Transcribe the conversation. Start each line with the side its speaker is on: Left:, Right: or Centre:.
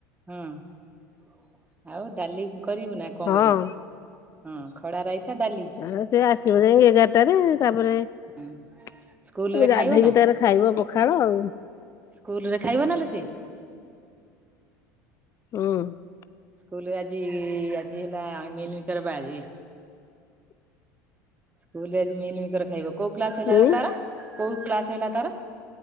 Right: ହଁ ଆଉ ଡାଲି କରିବୁ ନା କଣ
Left: ହଁ
Right: କରିବୁ। ହଁ ଖଡ଼ା ରାଇତା ଡାଲି।
Left: ହ ସେ ଆସିବ ଯାଇ ଏଗାରଟାରେ ତାପରେ ଉଁ
Right: ହଁ ସ୍କୁଲରେ
Left: ଗାଧେଇକି
Right: ଖାଇବ
Left: ତାର ଖାଇବ ପଖାଳ ଆଉ।
Right: ସ୍କୁଲ ରେ ଖାଇବ ନା ଲୋ ସିଏ।
Left: ହୁଁ
Right: ସ୍କୁଲ ରେ ଆଜି ଆଜି ହେଲା ମିଲମିକର ବାରି। ସ୍କୁଲ ରେ ଆଜି ମିଲ୍ ମିକର ଖାଇବ କୋଉ କ୍ଲାସ ହେଲା
Left: ଉଁ
Right: ଲ ତାର କୋଉ କ୍ଲାସ ହେଲା ତାର।